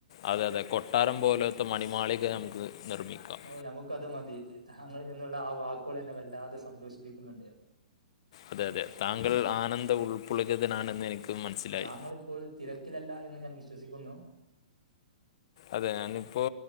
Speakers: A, on the left (about 50°); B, on the right (about 90°).
A: അതെ അതെ കൊട്ടാരം പോലത്തെ മണിമാളിക നമുക്ക് നിർമ്മിക്കാം
B: ഓ ഞമക്ക് അത് മതി. താങ്ങളിൽ നിന്നുള്ള ആ വാക്കുകൾ എന്നെ വല്ലാതെ സന്തോഷിപ്പിക്കുന്നുണ്ട്.
A: അതെ അതെ താങ്കൾ ആനന്ദം ഉൾപൊള്ളുകതനാണെന്ന് എനിക്ക് മനസ്സിലായി
B: താങ്കളിപ്പോൾ തിരക്കിലല്ലാ എന്ന് ഞാൻ വിശ്വസിക്കുന്നു.
A: അതെ ഞാനിപ്പോ